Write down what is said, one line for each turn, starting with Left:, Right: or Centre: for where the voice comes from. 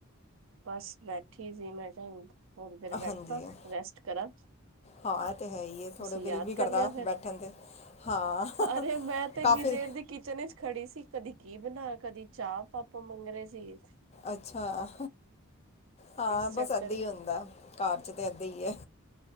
Right: ਬਸ ਬੈਠੀ ਸੀ ਮੈਂ ਕਿਆ ਹੁਣ ਥੋੜੀ ਦੇਰ ਬੈਠਾ,
Left: ਹਾਂਜੀ
Right: ਰੈਸਟ ਕਰਾਂ।
Left: ਹਾਂ ਇਹ ਤੇ ਹੈ ਈ ਏ, ਥੋੜਾ
Right: ਤੁਸੀਂ
Left: ਦਿਲ
Right: ਯਾਦ
Left: ਵੀ ਕਰਦਾ
Right: ਕਰ ਲਿਆ ਫਿਰ
Left: ਬੈਠਣ ਤੇ ਹਾਂ
Right: ਅਰੇ ਮੈਂ ਤੇ ਇੰਨੀ
Left: ਕਾਫੀ
Right: ਦੇਰ ਦੀ ਕਿਚਨ ਐਚ ਖੜੀ ਸੀ ਕਦੀ ਕੀ ਬਣਾ, ਕਦੀ ਚਾਹ ਪਾਪ ਮੰਗ ਰਹੇ ਸੀ।
Left: ਅੱਛਾ, ਹਾਂ
Right: ਇਸ
Left: ਬਸ
Right: ਚੱਕਰ
Left: ਏਦਾਂ ਹੀ ਹੁੰਦਾ। ਘਰ 'ਚ ਤਾਂ ਇਏਦਾਂ ਈ ਐ,